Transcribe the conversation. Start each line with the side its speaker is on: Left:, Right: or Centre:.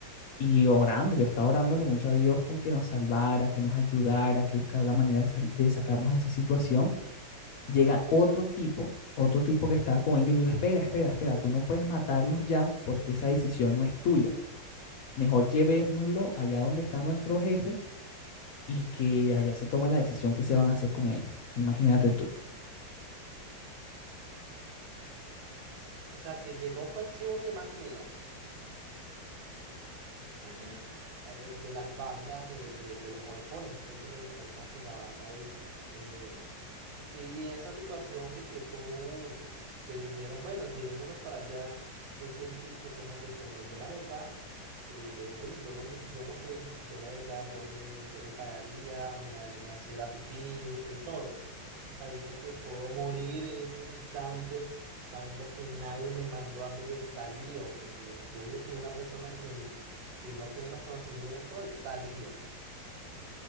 Left: y orando, yo estaba orándole mucho a Dios con que nos salvara, que nos ayudara, que buscara la manera de, sal- de sacarnos de esa situación. Llega otro tipo, otro tipo que estaba con ellos y le digo, espera, espera, espera, tú no puedes matarlos ya porque esa decisión no es tuya. Mejor llevémoslo allá donde está nuestro jefe y que allá se tome la decisión que se van a hacer con ellos. Imagínate tú.
Right: O sea, que llegó fue el chivo que más mía. <laughs> El de las bandas, de, de, de los orejones, que fue que me comentaste la banda esa. Eh, Y esa situación que, que tú te dijeron, bueno, llévemelos para allá, ¿qué sentiste? ¿Cómo te fue? No, yo la verdad, eh, Lewin, yo no, yo no sé, yo la verdad, yo me, yo me cagaría, me, me hacía pipí, de todo, sabiendo que puedo morir en ese instante, sabiendo que nadie me mandó a mí de salido, porque yo digo que una persona que, que no tiene los conocimientos es salido.